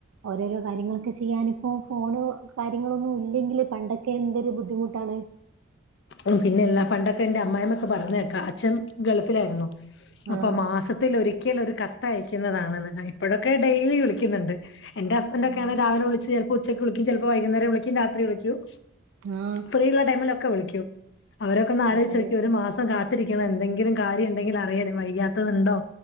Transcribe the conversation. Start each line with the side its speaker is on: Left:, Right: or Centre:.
Right: ഓരോരോ കാര്യങ്ങളൊക്കെ ചെയ്യാനിപ്പോ ഫോണ് കാര്യങ്ങളൊന്നും ഇല്ലെങ്കില് പണ്ടക്കെ എന്തൊരു ബുദ്ധിമുട്ടാണ്.
Left: അ പിന്നെ എല്ലാ പണ്ടക്കെ എന്റെ അമ്മയമൊക്കെ പറയ്ന്നെക്കാം അച്ഛൻ ഗൾഫിലായിരുന്നു. അപ്പം
Right: ആഹ്
Left: മാസത്തിലൊരിക്കലൊരു ക ത്തഅയക്കുന്നതാണ്ന്ന്. ഇപ്പോഴൊക്കെ ഡെയിലി വിളിക്കുന്നുണ്ട്. എന്റെ ഹസ്ബന്റോക്കെയാണെ
Right: ആഹ്
Left: രാവിലെ വിളിച്ച് ചെല ഉച്ചക്ക് വിളിക്കും, ചിലപ്പോ വൈകുന്നേരം വിളിക്കും, രാത്രി വിളിക്കും,
Right: ആഹ്
Left: ഫ്രീ ഉള്ള ടൈമിലൊക്കെ വിളിക്കും. അവരൊക്കെ ഒന്ന് ആലോയിച്ചോക്കിയേ
Right: അതന്നെ
Left: ഒരു മാസം കാ തിരിക്കണം എന്തെങ്കിലും കാര്യണ്ടെങ്കില് അറിയ വയ്യാത്തത് ഉണ്ടോ